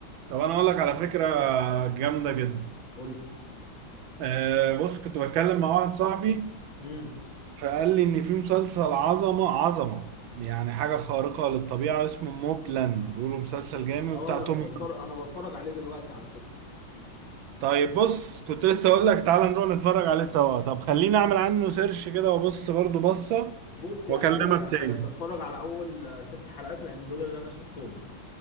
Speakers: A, on the right; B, on the left.
A: طب انا اقول لك على فكره جامده جدا
B: قول لي
A: آه بص كنت بتكلم مع واحد صاحبي
B: امم
A: فقال لي ان في مسلسل عظمه عظمه يعني حاجه خارقه للطبيعه اسمه موبلاند بيقولوا مسلسل جامد
B: اه
A: وبتاع توم
B: بتفرج انا بتفرج عليه دلوقتي على فكره
A: طيب بص كنت لسه اقول لك تعالى نروح نتفرج عليه سوا طب خليني اعمل عنه سيرش كده وابص برضو بصة
B: بص يعني
A: واكلمك
B: هقول لك على
A: تاني
B: حاجه انت اتفرج على اول آه، ست حلقات لان دول اللي انا شفتهم